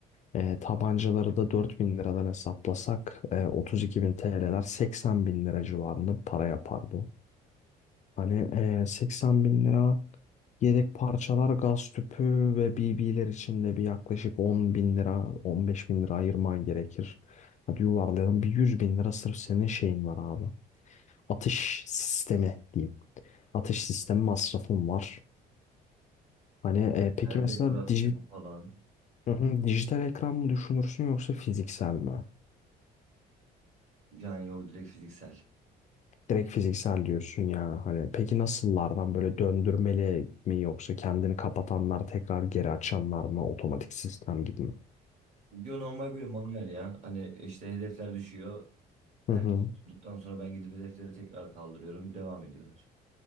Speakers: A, on the left; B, on the right.
A: E, tabancaları da 4000 liradan hesaplasak e, otuz iki bin TL eder. seksen bin lira civarında para yapar bu. Hani e, 80 bin lira yedek parçalar, gaz tüpü ve BB'ler için de bir yaklaşık on bin lira, on beş bin lira ayırman gerekir. Hadi yuvarlayalım. Bir yüz bin lira sırf senin şeyin var abi. Atış sistemi diyeyim. Ateş sistemi masrafım var. Hani e, peki
B: Hep
A: mesela
B: dekorasyon
A: diji-
B: falan.
A: Hı hı, dijital ekran mı düşünürsün yoksa fiziksel mi?
B: Yani yok direkt fiziksel.
A: Direkt fiziksel diyorsun ya. Hani peki nasıllardan böyle döndürmeli mi yoksa kendini kapatanlar tekrar geri açanlar mı otomatik sistem gibi mi?
B: Yo normal böyle manuel ya. Hani işte hedefler düşüyor. Herkes
A: Hı hı.
B: tuttuktan sonra ben gidip hedefleri tekrar kaldırıyorum. Devam ediyorlar.